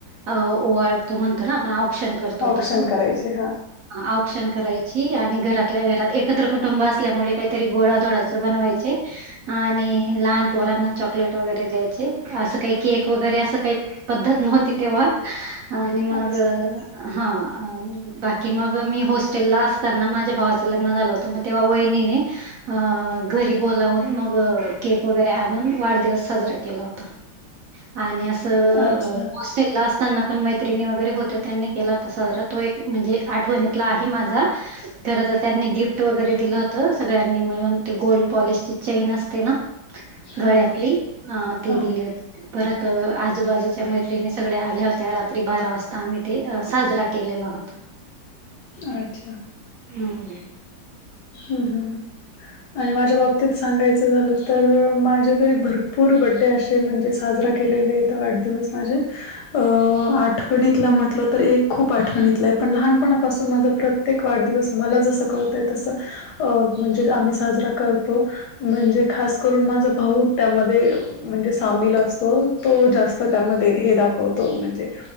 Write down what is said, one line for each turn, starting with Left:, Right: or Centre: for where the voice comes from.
Right: अ ओवाळतो म्हणतो ना आपण औक्षण करतो
Left: ऑप्शन
Right: तसं‌.
Left: करायचे हा
Right: औक्षण करायची आणि घरातल्या घरात एकत्र कुटुंब असल्यामुळे काहीतरी गोळाधोडा च बनवायचे आणि लहान पोरांना चॉकलेट वगैरे द्यायचे. असं काही केक वगैरे असं काही पद्धत नव्हती तेव्हा आणि मग
Left: अच्छा
Right: हा. बाकी मग मी हॉस्टेलला असताना माझ्या भावाचं लग्न झालं होतं मग तेव्हा वहिनीने अ घरी बोलावून मग केक वगैरे आणून वाढदिवस साजरा केला होता. आणि असं
Left: अच्छा
Right: मस ला असताना पण मैत्रिणी वगैरे होत त्यांनी केला होता साजरा तो एक म्हणजे आठवणीतला आहे माझा. खर तर त्यांनी गिफ्ट वगैरे दिलं होत सगळ्यांनी मिळून ते गोल्ड पॉलिशची चेन असते ना.
Left: हा
Right: गळ्यातली ती
Left: हा
Right: दिली होती परत आज आजूबाजूच्या मैत्रिणी सगळ्या आल्या होत्या रात्री बारा वाजता आम्ही ते साजरा केलेला होता.
Left: अच्छा.
Right: हम्म.
Left: हम्म हम्म आणि माझ्या बाप तत सांगायचं झालं तर माझ्या घरी भरपूर बड्डे असे म्हणजे साजरा केलेले तर वाढदिवस माझं अ आठवणीतला म्हटलं तर एक खूप आठवणीतलं आहे पण लहानपणापासून माझा प्रत त्येक वाढदिवस मला जसं कळतंय तसं अ म्हणजे आम्ही साजरा करतो. म्हणजे खास करून माझं भाऊ त्यामध्ये म्हणजे सामील असतो तो जास्त त्यामध्ये हे दाखवतो म्हणजे